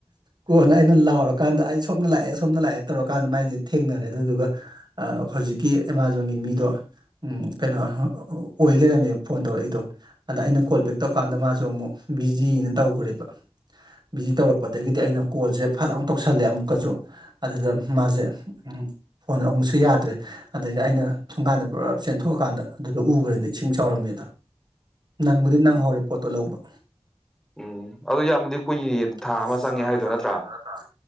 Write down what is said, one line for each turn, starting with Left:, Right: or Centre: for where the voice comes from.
Right: ꯀꯣꯟꯅ ꯑꯩꯅ ꯂꯥꯎꯔꯀꯥꯟꯗ ꯑꯩ ꯁꯣꯝꯅ ꯂꯥꯛꯑꯦ ꯁꯣꯝꯅ ꯂꯥꯛꯑꯦ ꯇꯧꯔꯀꯥꯟꯗ ꯃꯥꯏꯁꯦ ꯊꯦꯡꯅꯔꯦ ꯑꯗꯨꯗꯨꯒ ꯍꯧꯖꯤꯛꯀꯤ ꯑꯦꯃꯥꯖꯣꯟꯒꯤ ꯃꯤꯗꯣ ꯀꯩꯅꯣ ꯑꯣꯏ ꯂꯩꯔꯝꯃꯦꯕ ꯐꯣꯟ ꯇꯧꯔꯛꯏꯗꯣ ꯑꯗ ꯑꯩꯅ ꯀꯣꯜ ꯕꯦꯛ ꯇꯧꯔꯀꯥꯟꯗ ꯃꯥꯁꯨ ꯑꯃꯨꯛ ꯕꯤꯖꯤꯅ ꯇꯧꯈ꯭ꯔꯦꯕ ꯕꯤꯖꯤ ꯇꯧꯔꯛꯄꯗꯒꯤꯗꯤ ꯑꯩꯅ ꯀꯣꯜꯁꯦ ꯐꯠ ꯑꯃꯨꯛ ꯇꯧꯁꯜꯂꯦ ꯑꯃꯨꯛꯀꯁꯨ ꯑꯗꯨꯗ ꯃꯥꯁꯦ ꯐꯣꯟ ꯑꯃꯨꯛꯁꯨ ꯌꯥꯗ꯭ꯔꯦ ꯑꯗꯒꯤ ꯑꯩꯅ ꯊꯣꯡꯀꯥꯟꯗ ꯄꯨꯔꯥ ꯆꯦꯟꯊꯣꯛꯑꯀꯥꯟꯗ ꯑꯗꯨꯗꯣ ꯎꯕ꯭ꯔꯅꯤ ꯏꯁꯤꯡ ꯆꯥꯎꯥꯎꯔꯝꯃꯦꯗ ꯅꯪꯕꯨꯗꯤ ꯅꯪ
Centre: ꯎꯝ
Right: ꯍꯧꯔꯦ ꯄꯣꯠꯇꯣ ꯂꯧꯕ
Centre: ꯎꯝ ꯑꯗꯨ ꯌꯥꯝꯅꯗꯤ ꯀꯨꯏꯌꯦ ꯊꯥ
Right: ꯆꯪꯉꯦ
Centre: ꯑꯃ ꯍꯥꯏꯗꯣ ꯅꯠꯇ꯭ꯔꯥ
Right: ꯍꯥꯏꯠꯇ꯭ꯔ